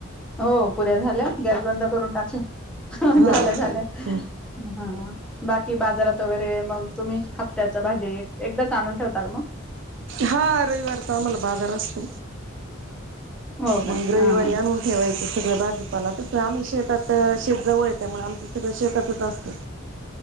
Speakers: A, in the centre; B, on the right.
A: हो पुऱ्या झाल्या गॅस बंद करून टाकला. ह झालं
B: हा
A: झालं
B: काय हम्म
A: हा बाकी बाजारात वगैरे मग तुम्ही. त्याच भाजी एकदाच आणून ठेवता का मग?
B: हा रविवारचा आम्हाला बाजार असतो?
A: हो का
B: मग रविवारी
A: हा हा
B: आणून ठेवायच. सगळ भाजीपाला तस आम्ही शेतात शेतजवळ येत त्यामुळे आमचं सगळं शेतातच असतं.